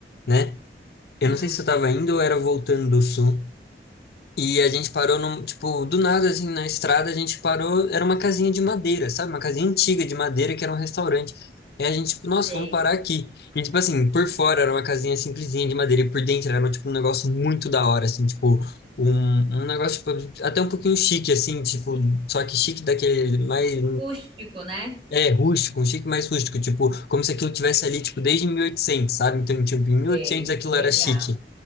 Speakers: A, on the left; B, on the right.
A: né?
B: Hum,
A: Eu não sei se eu tava indo ou era voltando do sul. E a gente parou num, tipo, do nada, assim, na estrada, a gente parou, era uma casinha de madeira, sabe? Uma casinha antiga de madeira que era um restaurante. E a gente, tipo, nossa,
B: sei,
A: vamos parar aqui. E, tipo assim, por fora era uma casinha simplesinha de madeira e por dentro era, tipo, um negócio muito da hora, assim, tipo, um, um negócio, tipo, até um pouquinho chique, assim, tipo, só que chique daquele mais
B: Rústico, né?
A: é, rústico, um chique mais rústico, tipo, como se aquilo tivesse ali, tipo, desde 1800, sabe? Então, tipo, em 1800
B: sei.
A: aquilo
B: Legal.
A: era chique.